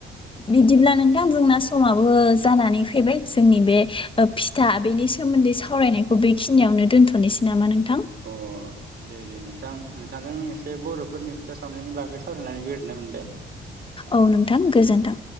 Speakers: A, on the left; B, on the right.
A: बिदिब्ला नोंथां जोंना समाबो जानानै फैबाय जोंनि बे ओ फिथा बेनि सोमोन्दै सावरायनायखौ बेखिनियावनो दोनथ'नोसै नामा नों? थां?
B: अ दे दे नोंथां नोंथांजों एसे बर'फोरनि फिथा सावनायनि बागै सावरायनानै गोजोननाय मोनबाय।
A: औ नोंथां गोजोन्थों।